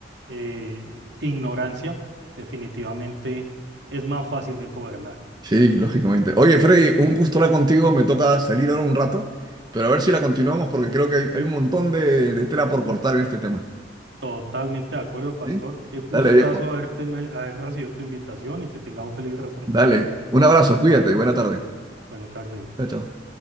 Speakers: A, on the right (about 80°); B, on the right (about 25°).
A: eh, ignorancia, definitivamente es más fácil de gobernar.
B: Sí, lógicamente. Oye, Freddy, un gusto hablar contigo. Me toca salir ahora un rato, pero a ver si la continuamos porque creo que hay, hay un montón de, de tela por cortar en este tema.
A: Totalmente de acuerdo, pastor.
B: ¿Sí?
A: Qué gustazo
B: Dale, viejo.
A: haberte, me- haber recibido tu invitación y que tengas un feliz resto de
B: Dale.
A: tarde.
B: Un abrazo, cuídate. Buena tarde.
A: Buena tarde.
B: Chao, chao.